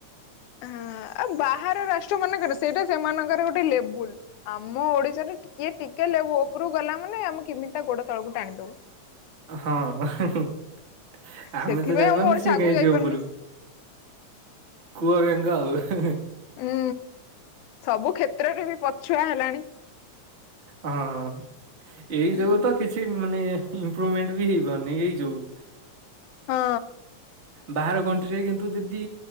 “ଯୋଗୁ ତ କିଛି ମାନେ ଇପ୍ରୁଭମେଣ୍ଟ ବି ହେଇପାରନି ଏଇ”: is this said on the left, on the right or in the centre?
Right